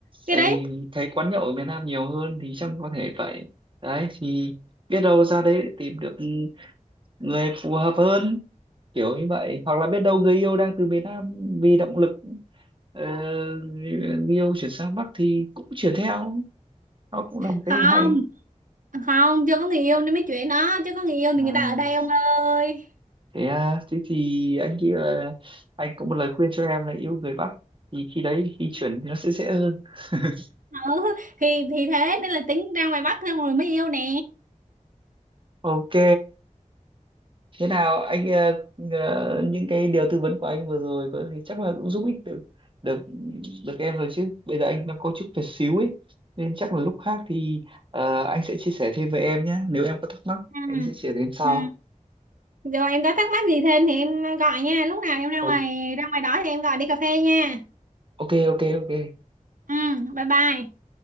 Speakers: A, on the right; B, on the right.
A: cái
B: tại
A: đấy
B: vì thấy quán nhậu ở miền Nam nhiều hơn thì chắc có thể vậy đấy thì biết đâu ra đấy tìm được người phù hợp hơn kiểu như vậy hoặc là biết đâu người yêu đang từ miền Nam vì động lực ờ, người yêu chuyển sang Bắc thì cũng chuyển theo nó cũng là một
A: không
B: cái hay
A: không chưa có người yêu nên mới chuyện đó chứ có người yêu
B: à
A: thì người ta ở đây ông ơi
B: thế à, thế thì anh nghĩ là anh có một lời khuyên cho em là yêu người Bắc thì khi đấy khi chuyển thì nó sẽ dễ hơn <laughs>
A: ừ, thì thì thế nên là tính ra ngoài Bắc thôi rồi mới yêu nè
B: ok thế nào anh ờ, ờ, những cái điều tư vấn của anh vừa rồi có thì chắc là cũng giúp ích được được được em rồi chứ bây giờ anh đang có chút việc xíu ấy nên chắc là lúc khác thì ờ, anh sẽ chia sẻ thêm với em nhé nếu em có thắc mắc
A: ừ.
B: anh sẽ chia sẻ thêm sau
A: Ừ. rồi em có thắc mắc gì thêm thì em ờ, gọi nha lúc nào em ra ngoài
B: ok
A: ra ngoài đó thì em gọi đi cà phê nha
B: ok ok, ok.
A: ừ bye bye